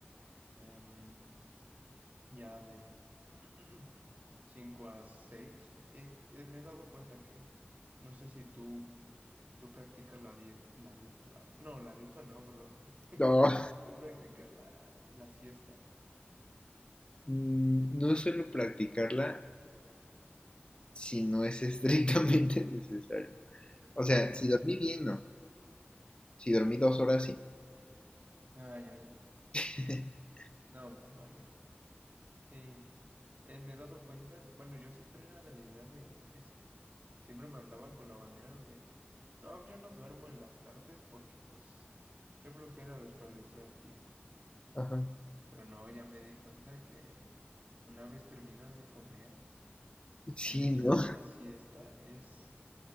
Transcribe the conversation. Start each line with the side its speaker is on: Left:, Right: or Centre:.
Right: Em, ya de <clears throat> 5 a 6 eh, eh, me he dado cuenta que no sé si tú. Tú practicas la dieta, la dieta, la... No, la dieta no, brother. <laughs>
Left: No.
Right: ¿Tú practicas la, la siesta?
Left: Mm, No suelo practicarla si no es estrictamente <laughs> necesario. O sea,
Right: O sea, ¿cómo?
Left: si dormí bien, no. Si dormí dos horas, sí.
Right: Ah, ya, ya.
Left: <laughs>
Right: No, pues vaya. Sí. Eh, me he dado cuenta, bueno, yo siempre era de la idea de, es- siempre me andaba con la bandera de, no, yo no duermo en las tardes porque pues, qué flojera desperdiciar tiempo.
Left: Ajá.
Right: Pero no, ya me di cuenta que una vez terminas de comer,
Left: Sí,
Right: el echarte
Left: ¿no?
Right: una siesta es